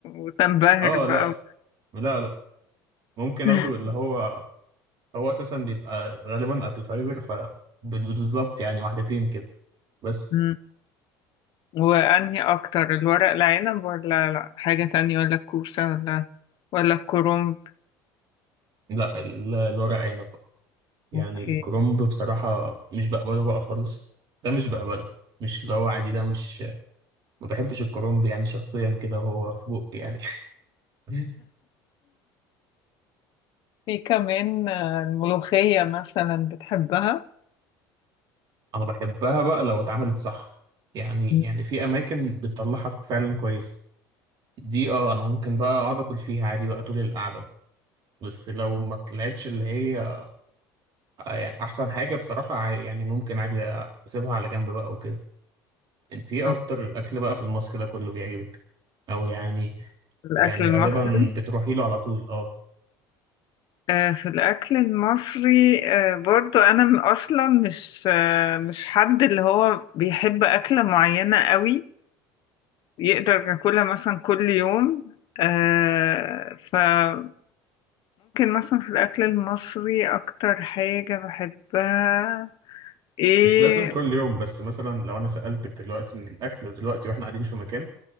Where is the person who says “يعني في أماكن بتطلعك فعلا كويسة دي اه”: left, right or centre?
Right